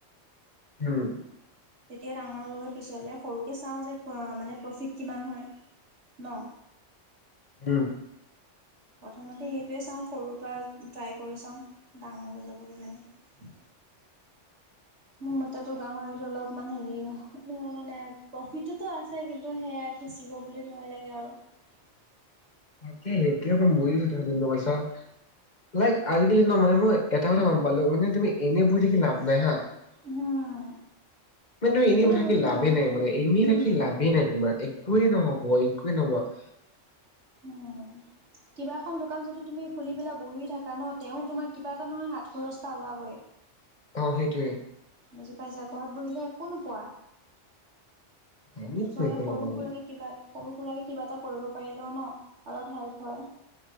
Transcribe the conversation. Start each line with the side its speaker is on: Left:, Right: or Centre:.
Left: <inaudible>
Right: তেতিয়া ডাঙৰ হ'বগৈ পিছলে, সৰুকে চাওঁ যে মানে প্ৰফিট কিমান হয়, ন?
Left: উম।
Right: প্ৰথমতে সেইটোৱে চাওঁ সৰুৰ পৰা ট্ৰাই কৰি চাওঁ, ডাঙৰ হৈ যাব কিজানি। মোৰ মতেতো গাহৰি অলপমান হেৰি মানে প্ৰফিটটোতো আছে, কিন্তু সেয়া <unintelligible> বুলি ভয় লাগে আৰু।
Left: <unintelligible> লাইক, আজিকালি ন মানে মই এটা কথা গম পালো, মানে তুমি এনেই বহি থাকি লাভ নাই হাঁ।
Right: উম,
Left: কিন্তু এনেই
Right: এনে
Left: থাকি
Right: বহি
Left: লাভে
Right: লাভ
Left: নাই মানে, এনেই
Right: উম।
Left: থাকি লাভেই নাই তোমাৰ, একোৱে নহব <inaudible>
Right: উ, কিবা এখন দোকান যদি তুমি খুলি পেলা বহি থাকা ন, তেওঁ তোমাৰ কিবা এটা নহয় হাত খৰচ এটা ওলাবই।
Left: অ সেইটোৱে
Right: বুজি পাইছা, ঘৰত বহিলে একো নোপোৱা।
Left: আমি
Right: জয়ে
Left: একো
Right: সৰু
Left: নাপাওঁ
Right: সুৰাকে কিবা সৰু সুৰাকৈ কিবা এটা কৰিব পাৰিলেও ন? অলপ হেল্প হয়।